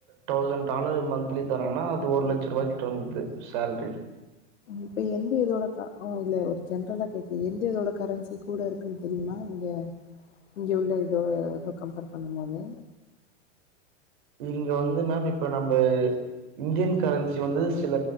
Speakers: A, on the right (about 40°); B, on the left (about 85°).
A: டௌசண் டாலர் மந்த்லி தராங்கனா அது ஒரு லட்ச ரூவாய்க்கிட்ட வந்தது சேல்ரி
B: இப்ப எந்த இதோட க அ இல்ல ஒரு ஜென்ரலா கேக்கே எந்த இதோட கரன்சி கூட இருக் குன் தெரியுமா இங்க இங்க உள்ள இதோட இப்ப கம்பேர் பண்ணும்போது
A: இங்க வந்து மேம் இப்ப நம்ப இந்தியன் கரன்சி வந்து சில